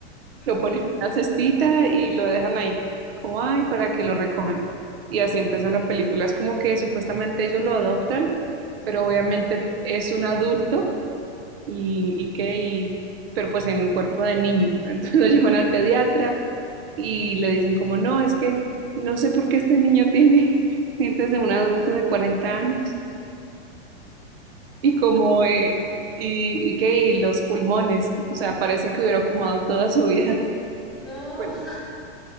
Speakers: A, on the right; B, in the centre.
A: lo
B: Ay,
A: ponen en una cestita y lo dejan ahí, como ay, para que lo recojan. Y así empieza la película. Es como que supuestamente ellos lo adoptan, pero obviamente es un adulto y, y qué, y, pero pues en un cuerpo de niño. <laughs> Entonces lo llevan al pediatra y le dicen como, no, es que no sé por qué este niño tiene <laughs> dientes de un adulto de 40 años. Y como, eh, y, y qué, y los pulmones. O sea, parece que hubiera fumado toda su vida. <laughs>
B: No.
A: Bueno,
B: <laughs>